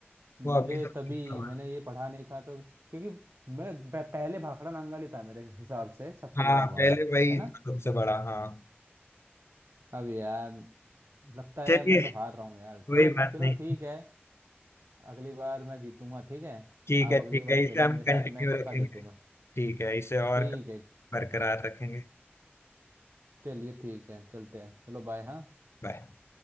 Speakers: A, on the right; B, on the left.
A: मुझे
B: वो अभी सबसे
A: तभी
B: बड़ा।
A: मैंने ये पढ़ा नहीं था तो क्योंकि मैं प- पहले भाखड़ा नांगल ही था मेरे हिसाब से सबसे
B: है। हाँ
A: बड़ा बांध
B: पहले वही
A: है ना
B: था सबसे बड़ा हाँ
A: अब यार लगता
B: चलिए
A: है मैं तो हार रहा हूँ
B: कोई
A: यार चलो
B: बात
A: चलो
B: नहीं
A: ठीक है अगली बार मैं जीतूंगा ठीक है
B: ठीक
A: आप
B: है
A: अगली
B: ठीक
A: बार
B: है इसे
A: खेलना
B: हम
A: मेरे साथ
B: कंटिन्यू
A: मैं पक्का
B: रखेंगे
A: जीतूंगा
B: ठीक है इसे और
A: ठीक है
B: बरकरार रखेंगे
A: चलिए ठीक है चलते हैं चलो बाय हाँ
B: बाय